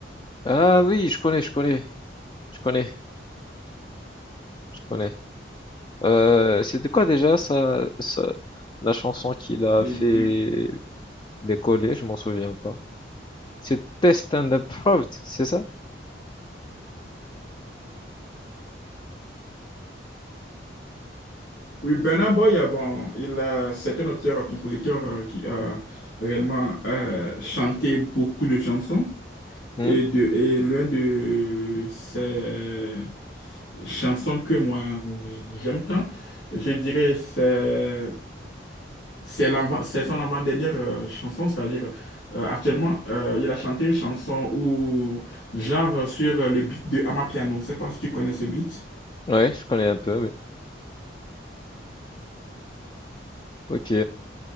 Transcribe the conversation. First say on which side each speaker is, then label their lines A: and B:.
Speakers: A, on the left; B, on the left.
A: Ah oui, je connais, je connais, je connais, je connais. Euh, c'était quoi déjà ça, ça, la chanson qu'il a
B: Et
A: fait
B: du
A: décoller? Je m'en souviens pas. C'était Stand Up Proud, c'est ça?
B: Oui, Burna Boy, euh, bon, il, euh, c'est un auteur-compositeur euh, qui a réellement euh, chanté beaucoup de chansons.
A: Hmm?
B: Et, de, et l'un de ces chansons que moi j'aime tant, je dirais, c'est c'est l'avant- c'est son avant-dernière euh, chanson, c'est-à-dire euh, actuellement, euh, il a chanté une chanson où, genre sur le beat de Amapiano. Je ne sais pas si tu connais ce beat.
A: Ouais, je connais un peu, oui. Ok.